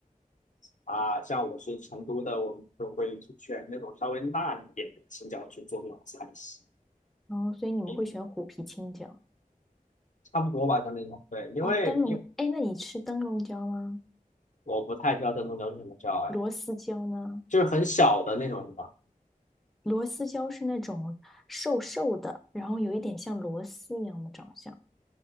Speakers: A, on the left (about 60°); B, in the centre.
A: 啊、像我是成都的，我们就会选那种稍微辣一点的青椒去做那种菜系，
B: 然后，所以你们会选虎皮青椒
A: 嗯，差不多吧，像那种。对，因为因为
B: 哦，灯笼。哎，那你吃灯笼椒吗？
A: 我不太知道灯笼椒是什么椒，哎，
B: 螺丝椒呢？
A: 就是很小的那种什么，
B: 螺丝椒是那种瘦瘦的，然后有一点像螺丝一样的长相。